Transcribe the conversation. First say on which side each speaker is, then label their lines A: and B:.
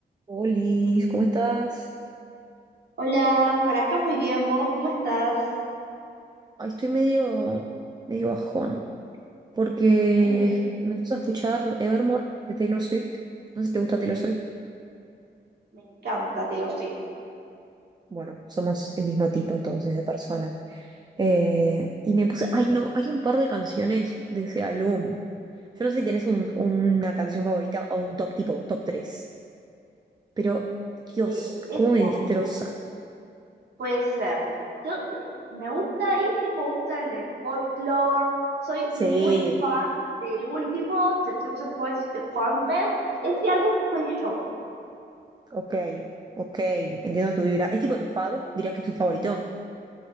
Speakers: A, on the right; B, on the right.
A: Olis, ¿cómo estás?
B: Hola, por acá muy bien, ¿vos cómo estás?
A: Ay, estoy medio, medio bajón, porque
B: Uh,
A: me puse a escuchar Evermore de Taylor Swift. No sé si te gusta Taylor Swift.
B: me encanta Taylor Swift.
A: Bueno, somos el mismo tipo entonces de persona. Eh, y me puse, ay no, hay un par de canciones de ese álbum. Yo no sé si tienes un- una canción favorita o un top tipo, top 3. pero Dios,
B: De ese
A: cómo me destroza.
B: álbum puede ser. Yo eh, me gusta este, me gusta el de Folklore. Soy
A: Sí,
B: muy fan del último, The Church of Police Department. Ese álbum soy yo.
A: ok, ok, entiendo tu vibra. ¿Es tipo tu fab? ¿Dirías que es tu favorito?